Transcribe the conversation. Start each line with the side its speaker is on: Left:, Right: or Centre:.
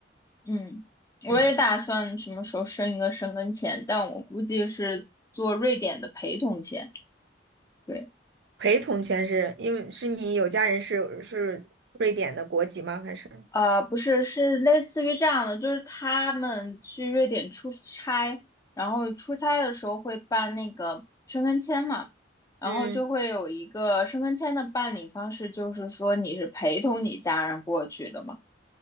Left: 嗯，
Right: 嗯。
Left: 我也打算什么时候申一个申根签，但我估计是做瑞典的陪同签。对，
Right: 陪同签是因为是你有家人是是瑞典的国籍吗？还是
Left: 呃，不是，是类似于这样的，就是他们去瑞典出差，然后出差的时候会办那个申根签嘛，然后就会有一个申根签的办理方式，
Right: 嗯？
Left: 就是说你是陪同你家人过去的嘛，